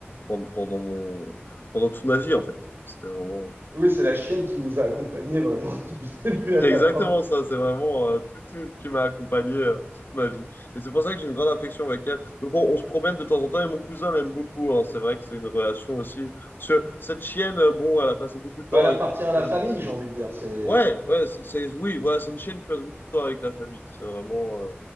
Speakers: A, on the left (about 55°); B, on the right (about 60°).
A: pendant, pendant mon, pendant toute ma vie, en fait. C'était vraiment,
B: Oui, c'est la chienne qui vous a accompagné vraiment <laughs> du début à
A: c'est
B: la
A: exactement
B: fin.
A: ça, c'est vraiment euh, tout, tout qui m'a accompagné euh, toute ma vie. Et c'est pour ça que j'ai une grande affection avec elle. Donc on, on se promène de temps en temps et mon cousin l'aime beaucoup, hein. c'est vrai que c'est une relation aussi. Parce que cette chienne, euh, bon, elle a passé beaucoup de temps
B: Bah, elle
A: avec
B: appartient
A: mon cousin.
B: à la famille, j'ai envie de dire. C'est...
A: Ouais, ouais, c'est, c'est- oui, voilà, c'est une chaîne qui passe beaucoup de temps avec la famille. C'est vraiment, euh,